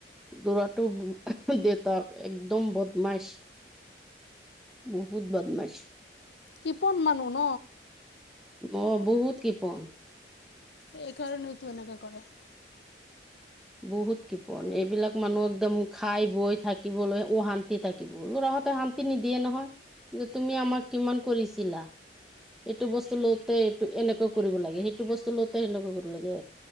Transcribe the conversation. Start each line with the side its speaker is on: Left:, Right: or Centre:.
Centre: দৰাটো দে ত একদম বদমাছ বহুত বদমাছ
Left: কিপন মানু ন
Centre: অঁ বহুত কৃপন
Left: এইকাৰণতো এনেকে কৰে
Centre: বহুত কৃপন এইবিলাক মানুহ একদম খাই বৈ থাকিবলৈ অশান্তি থাকিব লৰা সিহতে শান্তি নিদিয়ে নহয় যে তুমি আমাক কিমান কৰিছিলা এইটো বস্তু লওঁতে এইটো এনেকুৱা কৰিব লাগে, সেইটো বস্তু লওঁতে সেনেকুৱা কৰিব লাগে।